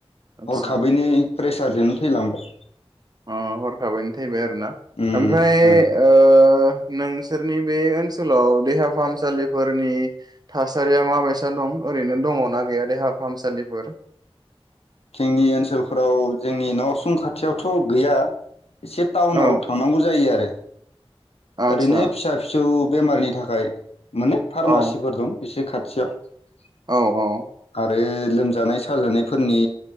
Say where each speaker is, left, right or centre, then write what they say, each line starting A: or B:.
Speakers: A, on the right (about 40°); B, on the left (about 75°).
A: आदसा।
B: हरखाबैनो प्रेसारजोंनो थैलांबाय।
A: अ हरखाबायनो थैबाय आरो ना
B: ओम
A: ओमफ्राय
B: ओं
A: ओ नोंसोरनि बे ओनसोलाव देहा फाहामसालिफोरनि थासारिया माबाय दं ओरैनो दङ ना गैया देहा फाहामसालिफोर?
B: जोंनि ओनसोलफोराव जोंनि न' उसुं खाथियावथ' गैया। एसे टाउनाव
A: औ
B: थांनांगौ जायो आरो।
A: आदसा
B: ओरैनो फिसा फिसौ बेमारनि थाखाय माने फार्मासिफोर
A: औ
B: दं बिसोर खाथि <unintelligible>
A: औ औ
B: बै लोमजानाय साजानायफोरनि